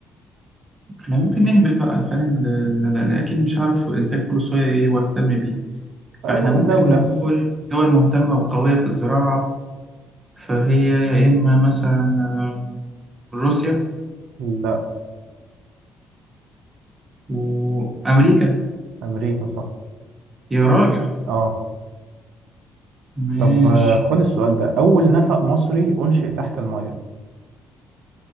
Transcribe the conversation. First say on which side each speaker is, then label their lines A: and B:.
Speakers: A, on the right (about 25°); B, on the right (about 70°).
A: احنا ممكن نهبط بقى فاهم ده- ده- ده- اكيد مش عارف انتاج فول الصويا ايه واهتم بيه
B: أول
A: فإحنا ممكن
B: دولة
A: نقول دول مهتمة وقوية في الزراعة فهي يا إما مثلا آم، روسيا
B: لا
A: وأمريكا
B: أمريكا صح
A: يا راجل
B: أه
A: ماشي
B: طب آه، خد السؤال ده أول نفق مصري أنشئ تحت المية